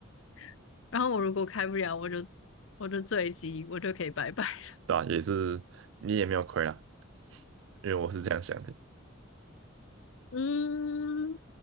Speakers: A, on the left; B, on the right.
A: <laughs> 然后我如果开不了，我就我就坠机，我就可以拜拜。
B: 对啊，也是你也没有亏啦，<laughs> 因为我是这样想的，
A: 嗯，